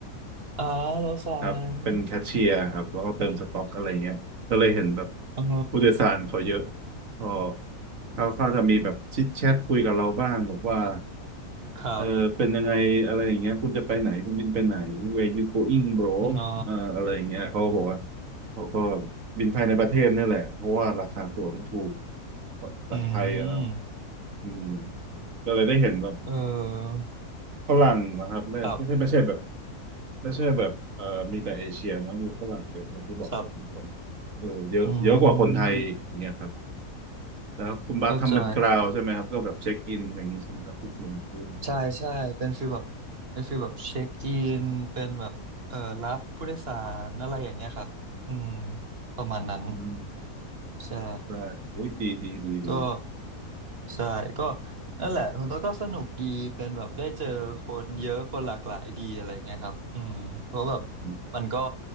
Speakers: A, on the right; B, on the right.
A: อ๋อโลซาน
B: ครับเป็นแคชเชียร์ครับแล้วก็เติมสต็อกอะไรเงี้ยก็เลยเห็นแบบ
A: อ๋อ
B: ผู้โดยสารเขาเยอะก็เขาเขาจะมีแบบชิดแชทคุยกับเราบ้างบอกว่า
A: ครับ
B: เออเป็นยังไงอะไรอย่างเงี้ยคุณจะไปไหนคุณบินไปไหน where you going bro
A: อ๋อ
B: เอ่ออะไรอย่างเงี้ยเขาก็บอกว่าเขาก็บินภายในประเทศนี่แหละเพราะว่าราคาตั๋วมันถูกกว่าสายไทยอนะ
A: อืม
B: อืมก็เลยได้เห็นแบบ
A: เออ
B: ฝรั่งนะครับไม่ไม่ใช่ไม่ใช่แบบ
A: ครับ
B: ไม่ใช่แบบเอ่อมีแต่เอเชียเนอะมีฝรั่งเยอะอย่างที่บอกไปคุณต้น
A: ครับ
B: เออเยอะเยอะกว่าคนไทยอีกอย่างเนี่ยครับ
A: อืม
B: แล้วคุณบาสทำเป็นกราวใช่ไหมครับก็แบบเช็คอินอย่างนี้ใช่ไหมครับที่ส่วนคุณ
A: เข้าใจใช่ใช่เป็นฟีลแบบเป็นฟีลแบบเช็คอินเป็นแบบเอ่อรับผู้โดยสารอะไรอย่างเงี้ยครับอืมประมาณนั้น
B: อืม
A: ใช่
B: ได้อุ้ยดีดีดีดี
A: ก็ใช่ก็นั่นแหละคุณตัวก็สนุกดีเป็นแบบได้เจอคนเยอะคนหลากหลายดีอะไรเงี้ยครับอืมเพราะแบบ
B: อืม
A: มันก็